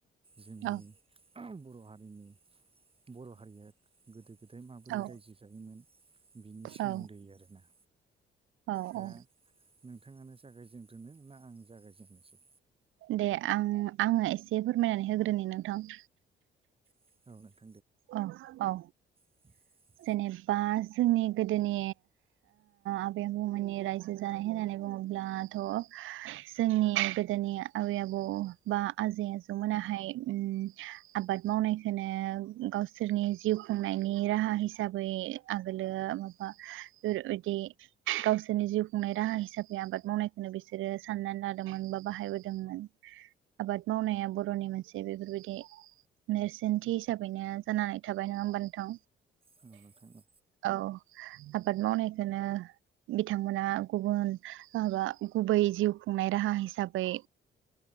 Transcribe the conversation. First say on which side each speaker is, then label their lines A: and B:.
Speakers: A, on the right; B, on the right.
A: जोंनि
B: औ
A: बर' हारिनि बर' हारिया गोदो गोदाय माबोरै
B: औ
A: रायजो जायोमोन। बिनि सोमोन्दै
B: औ
A: आरोना।
B: औ
A: दा
B: औ।
A: नोंथाङानो जागायजेनग्रोनो ना आं जागायजेननोसै।
B: दे आं आङो एसे फोरमायनानै होग्रोनि नोंथां।
A: <unintelligible>
B: अ औ
A: <unintelligible>
B: जेनेबा जोंनि गोदोनि आबै आबौमोननि रायजो जानाय होननानै बुङो <unintelligible> जोंनि गोदोनि आबै आबौ बा आजै आजौमोना हाय <unintelligible> आबाद मावनायखौनो गावसोरनि जिउ खुंनायनि राहा हिसाबै आगोलो माबा <unintelligible> बे गावसोरनि जिउ खुंनाय राहा हिसाबै आबाद मावनायखौनो बिसोरो साननानै लादोंमोन बा बाहायबोदोंमोन। आबाद मावनाया बर'नि मोनसे बेफोरबायदि नेरसोनथि हिसाबै बिदिनो जानानै थाबाय नङा होमबा नोंथां।
A: औ नोंथां औ
B: औ आबाद मावनायखौनो बिथांमोना गुबुन माबा गुबै जिउ खुंनाय राहा हिसाबै